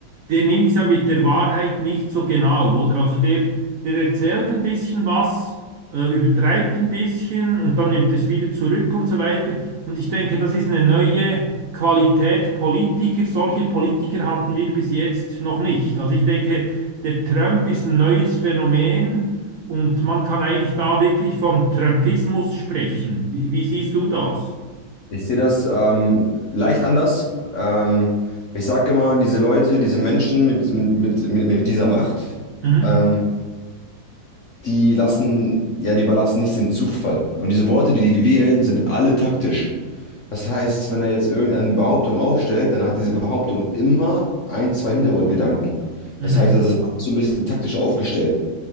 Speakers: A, on the right (about 70°); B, on the left (about 55°).
A: der nimmt es ja mit der Wahrheit nicht so genau, oder? Also der, der erzählt ein bisschen was, äh, übertreibt ein bisschen und dann nimmt es wieder zurück und so weiter. Und ich denke, das ist eine neue Qualität Politiker. Solche Politiker hatten wir bis jetzt noch nicht. Also ich denke, der Trump ist ein neues Phänomen und man kann eigentlich da wirklich von Trumpismus sprechen. Wie, wie siehst du das?
B: Ich sehe das ähm, leicht anders. Ähm, ich sage immer, diese Leute, diese Menschen mit, mit, mit, mit dieser Macht,
A: Mhm.
B: ähm, die lassen, ja, die überlassen nichts dem Zufall. Und diese Worte, die die wählen, sind alle taktisch. Das heißt, wenn er jetzt irgendeine Behauptung aufstellt, dann hat diese Behauptung immer ein, zwei Hintergrundgedanken.
A: Mhm.
B: Das heißt, das ist so ein bisschen taktisch aufgestellt.